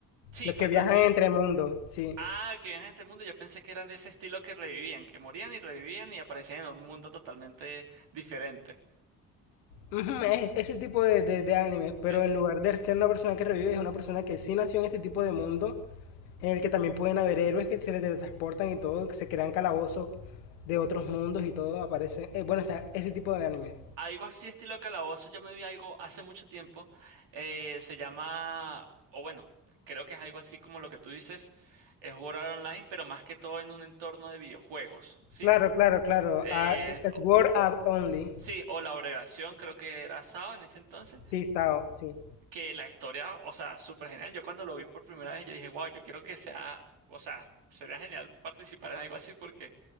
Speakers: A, on the right; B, on the left.
A: Sí,
B: Los
A: fantasía.
B: que viajan entre mundos, sí.
A: Ah, que viajan entre el mundo. Yo pensé que eran de ese estilo que revivían, que morían y revivían y aparecían en un mundo totalmente diferente.
B: Ujú, Es ese tipo de, de, de animes,
A: ¿Sí?
B: pero en lugar de ser una persona que revive, es una persona que sí nació en este tipo de mundo, en el que también pueden haber héroes que se le teletransportan y todo, que se crean calabozos de otros mundos y todo, aparece. eh, bueno, está ese tipo de anime.
A: Algo así, estilo calabozo. Yo me vi algo hace mucho tiempo. eh, se llama... O bueno, creo que es algo así como lo que tú dices. Es jugar online, pero más que todo en un entorno de videojuegos. ¿Sí?
B: Claro, claro, claro.
A: Eh,
B: ah, es Sword Art Only.
A: Sí, o la abreviación, creo que era SAO en ese entonces,
B: Sí, Sao, sí.
A: que la historia, o sea, súper genial. Yo cuando lo vi por primera vez, yo dije, wow, yo quiero que sea, o sea, sería genial participar en algo así porque